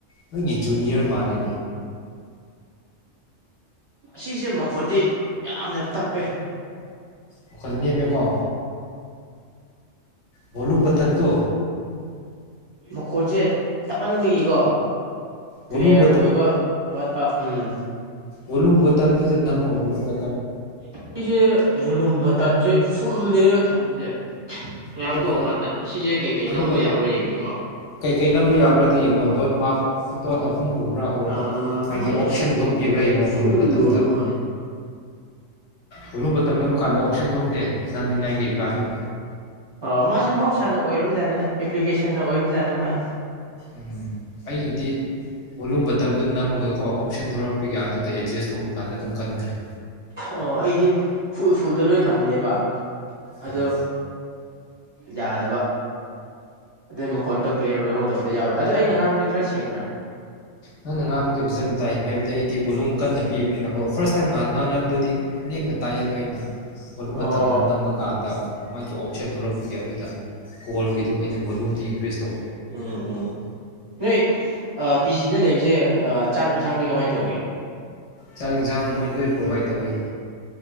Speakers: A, on the left; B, on the right.
A: ꯅꯣꯏꯒꯤ ꯖꯨꯅꯤꯌꯔ ꯃꯥꯂꯦ
B: ꯑꯁꯤꯁꯦ ꯃꯈꯣꯟꯗꯤ ꯌꯥꯝꯅ ꯇꯞꯄꯦ꯫
A: ꯃꯈꯣꯟ ꯅꯦꯝꯃꯦꯀꯣ ꯕꯣꯂꯨꯝ ꯕꯇꯟꯗꯣ
B: ꯃꯈꯣꯟꯁꯦ ꯇꯞꯃꯟꯕꯒꯤꯀꯣ
A: ꯚꯣꯂꯨꯝ
B: ꯀ꯭ꯂꯤꯌꯥꯔ ꯑꯣꯏꯕ ꯋꯥꯠꯄ ꯎꯝ꯫
A: ꯕꯣꯂꯨꯝ ꯕꯇꯝꯗꯨꯗ ꯅꯝꯃꯣ ꯕꯣꯂꯨꯝ ꯕ
B: <unintelligible> ꯁꯤꯁꯦ ꯕꯣꯂꯨꯝ ꯕꯇꯟ ꯁꯦ ꯐꯨꯜꯗꯅꯦꯕ ꯊꯝꯕꯖꯦ ꯉꯥꯏꯀꯣ
A: ꯑꯗꯨꯒ
B: ꯉꯥꯛꯇꯪ ꯑꯁꯤꯁꯦ ꯀꯩꯀꯩ
A: ꯑꯗꯨꯒ
B: ꯅꯝꯕ ꯌꯥꯕ꯭ꯔꯥ ꯌꯦꯡꯒꯦꯀꯣ
A: ꯀꯩꯀꯩ ꯅꯝꯕ ꯌꯥꯕ꯭ꯔꯥꯗꯣ ꯌꯦꯡꯉꯣ ꯗꯣꯠ ꯃꯥꯔꯛ ꯗꯣꯠ ꯑꯍꯨꯝ ꯎꯕ꯭ꯔꯥ ꯑꯣꯔ
B: ꯑ
A: ꯃꯥꯒꯤ
B: ꯃꯥꯏꯁꯦ
A: ꯑꯣꯞꯁꯟ
B: ꯁꯤ ꯕꯨꯂꯨꯝ
A: ꯊꯣꯛꯄꯤꯕ꯭ꯔꯥ
B: ꯕꯇꯜꯗꯤ
A: ꯌꯦꯡꯉꯣ
B: ꯐꯨꯜ
A: ꯚꯣꯂꯨꯝ ꯕꯇꯝꯗ
B: ꯑꯣꯏꯕ ꯃꯥꯜꯂꯦ
A: ꯕꯣꯂꯨꯝ ꯕꯥꯇꯟ ꯅꯝꯕꯀꯥꯟꯗ ꯑꯣꯞꯁꯟ ꯊꯣꯛꯇꯦ ꯅꯝꯅꯤꯡꯉꯥꯏ ꯀꯩꯀꯥ ꯑꯗꯨꯝ
B: ꯑꯣ ꯃꯥꯁꯦ ꯃꯍꯧꯁꯥꯅ ꯑꯣꯏꯔꯕꯖꯥꯅꯤꯗ ꯑꯦꯄ꯭ꯂꯤꯀꯦꯁꯟꯅ ꯑꯣꯏꯕꯖꯥꯅꯤ ꯃꯥꯏ
A: ꯎꯝ ꯑꯩꯒꯤꯗꯤ ꯕꯣꯂꯨꯝ ꯕꯇꯝꯗꯨ ꯅꯝꯂꯒꯀꯣ <inaudible> ꯑꯗꯨꯗ ꯑꯦꯗꯖꯁ ꯇꯧꯕ ꯀꯥꯟꯗ ꯑꯗꯨꯝ ꯀꯟꯈ꯭ꯔꯦ
B: ꯑꯣ ꯑꯩꯗꯤ ꯐꯨꯜ ꯐꯨꯜꯗ ꯂꯣꯏ ꯊꯝꯕꯅꯦꯕ
A: ꯎꯝ
B: ꯑꯗꯣ ꯌꯥꯗꯕ ꯑꯗꯩ ꯃꯈꯣꯟꯗꯣ ꯀ꯭ꯂꯤꯌꯥꯔ ꯑꯣꯏꯍꯧꯗꯕꯗꯤ ꯌꯥꯎꯋꯦ ꯑꯗꯣ ꯑꯩꯅ ꯉꯥꯡꯕꯗꯤ ꯈꯔ ꯁꯦꯡꯕ꯭ꯔꯥ
A: ꯅꯪꯅ ꯉꯥꯡꯕꯗꯤ ꯐꯖꯅ ꯇꯥꯏ ꯍꯥꯏꯕꯗꯤ ꯑꯩꯗꯤ ꯕꯣꯂꯨꯝ ꯀꯟꯅ ꯄꯤꯕꯅꯤꯅꯀꯣ ꯐꯥꯔꯁ ꯇꯥꯏꯝ ꯅꯍꯥꯟ ꯉꯥꯡꯅꯕꯗꯗꯤ ꯅꯦꯝꯅ ꯇꯥꯏꯌꯦ ꯑꯗꯨ ꯑꯩꯅ ꯕꯣꯂꯨꯝ ꯕꯇꯝꯗ
B: ꯑꯣ
A: ꯅꯝꯕꯀꯥꯟꯗ ꯃꯥꯒꯤ ꯑꯣꯞꯁꯟ ꯊꯣꯛꯂꯛꯄꯒꯤ ꯑꯗꯨꯗ ꯀꯣꯜꯒꯤꯗꯨ ꯑꯩꯅ ꯕꯣꯂꯨꯝꯗꯤ ꯏꯟꯀ꯭ꯔꯤꯁ ꯇꯧ
B: ꯎꯝ ꯎꯝ ꯅꯣꯏ ꯄꯤꯖꯤꯗ ꯂꯩꯕꯁꯦ ꯆꯥꯛ ꯏꯟꯁꯥꯡꯗꯤ ꯀꯃꯥꯏꯅ ꯇꯧꯒꯦ
A: ꯆꯥꯛ ꯌꯦꯟꯁꯥꯡ ꯃꯣꯏ ꯂꯣꯏ ꯄ꯭ꯔꯣꯚꯥꯏꯠ ꯇꯧꯋꯤ